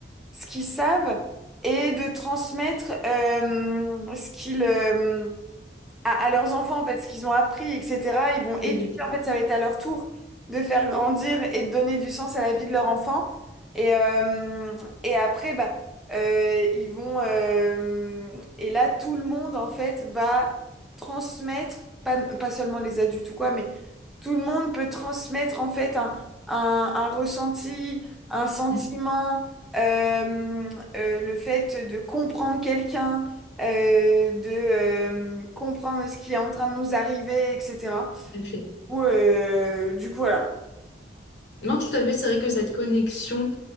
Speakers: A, in the centre; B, on the left.
A: ce qu'ils savent et de transmettre euh, ce qu'ils euh, à, à leurs enfants, en fait, ce qu'ils ont appris, etc. Ils vont
B: tout
A: éduquer,
B: à fait.
A: en fait, ça va être à leur tour de faire grandir et de donner du sens à la vie de leur enfant. Et, euh, et après, bah, euh, ils vont... euh, et là, tout le monde, en fait, va transmettre, pas, pas seulement les adultes ou quoi, mais tout le monde peut transmettre, en fait, un, un, un ressenti, un sentiment,
B: Mm,
A: euh, euh, le fait de comprendre quelqu'un euh, de euh, comprendre ce qui est en train de nous arriver, etc.
B: tout à fait.
A: Ou, euh, du coup, voilà.
B: Non, tout à fait, c'est vrai que cette connexion.